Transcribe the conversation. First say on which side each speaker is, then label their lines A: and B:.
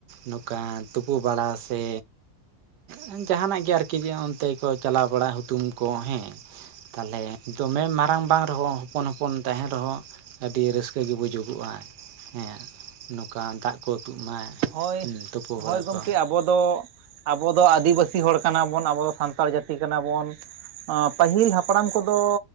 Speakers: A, on the right; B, on the right.
A: ᱱᱚᱝᱠᱟ ᱛᱩᱯᱩ ᱵᱟᱲᱟ ᱥᱮ ᱦᱮᱸ ᱡᱟᱦᱟᱱᱟᱜ ᱜᱮ ᱟᱨᱠᱤ ᱡᱮ ᱚᱱᱛᱮ ᱠᱚ ᱪᱟᱞᱟᱣ ᱵᱟᱲᱟᱜ ᱦᱩᱛᱩᱢ ᱠᱚ ᱦᱮᱸ ᱛᱟᱦᱞᱮ ᱫᱚᱢᱮ ᱢᱟᱨᱟᱝ ᱵᱟᱝ ᱨᱮᱦᱚᱸ ᱦᱚᱯᱚᱱ ᱦᱚᱯᱚᱱ ᱛᱟᱦᱮᱱ ᱨᱮᱦᱚ ᱟᱹᱰᱤ ᱨᱟᱹᱥᱠᱟᱹ ᱜᱮ ᱵᱩᱡᱩᱜᱚᱜᱼᱟ ᱦᱮᱸ ᱱᱚᱝᱠᱟ ᱫᱟᱜ ᱠᱚ ᱛᱩᱜ ᱢᱟᱭ
B: ᱦᱳᱭ
A: ᱛᱳᱯᱳ
B: ᱦᱳᱭ
A: ᱵᱟᱲᱟ
B: ᱜᱚᱢᱠᱮ
A: ᱠᱚ
B: ᱟᱵᱚ ᱫᱚ ᱟᱵᱚ ᱫᱚ ᱟᱹᱫᱤᱵᱟᱹᱥᱤ ᱦᱚᱲ ᱠᱟᱱᱟᱵᱚᱱ ᱟᱵᱚ ᱫᱚ ᱥᱟᱱᱛᱟᱲ ᱡᱟᱹᱛᱤ ᱠᱟᱱᱟ ᱵᱚᱱ ᱯᱟᱹᱦᱤᱞ ᱦᱟᱯᱲᱟᱢ ᱠᱚᱫᱚ